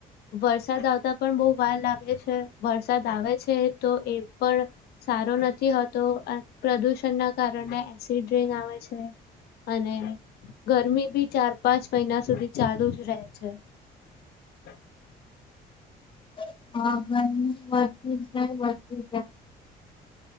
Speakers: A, on the left; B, on the left.
A: વરસાદ આવતા પણ બો વાર લાગે છે વરસાદ આવે છે તો એ પણ સારો નથી તો પ્રદુષણનાં કારણે એસિડ ર્રેન આવે છે અને ગરમી બી ચાર પાંચ મહિના સુધી ચાલુ જ રહે છે. <inaudible>
B: હ કયની પણ <unintelligible>